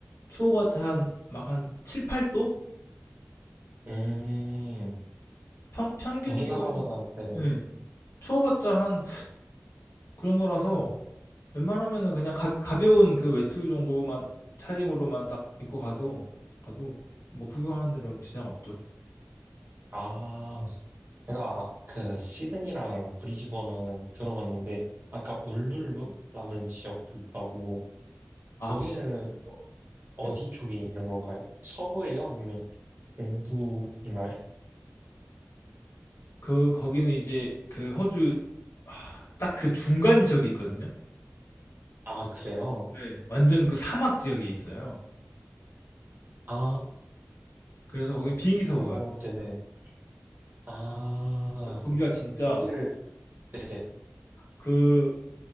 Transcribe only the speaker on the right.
음,
우리나라보다,
네네.
아, 제가 그 시드니랑 브리즈번은 들어봤는데, 아까 울룰루라는 지역도 있다고,
거기는
어- 어디
쪽에 있는 건가요? 서부예요? 아니면 동부인가요?
아, 그래요?
아,
오,
네네. 아,
여기를, 네네,